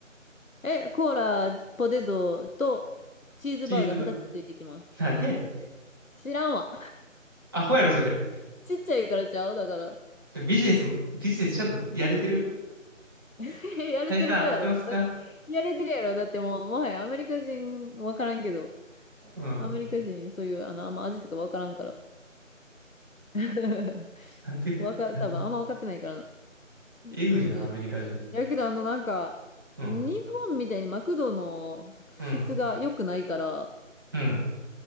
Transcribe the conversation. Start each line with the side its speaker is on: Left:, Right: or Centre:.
Left: え、コーラ、ポテトとチーズバーガー2つついてきます。
Right: チーズバーガー。なんでやねん。
Left: 知らんわ。
Right: アホやろ、それ。
Left: ちっちゃいからちゃうだから。
Right: ビジネス、ビジネスちゃんとやれてる
Left: <laughs> やれてるやろ。
Right: 大佐合ってますか
Left: だやれてるやろ。だってもう、もはやアメリカ人わからんけど、
Right: うん。
Left: アメリカ人そういう、あの、あんま味とかわからんから。<laughs>
Right: なんて、
Left: わか、
Right: なんで、
Left: 多分あんま分かってないからな。
Right: えぐいな、
Left: うん。
Right: アメリカ人。
Left: やけど、あの、なんか、
Right: うん、
Left: 日本みたいにマクドの質が良くないから、
Right: うん、うん。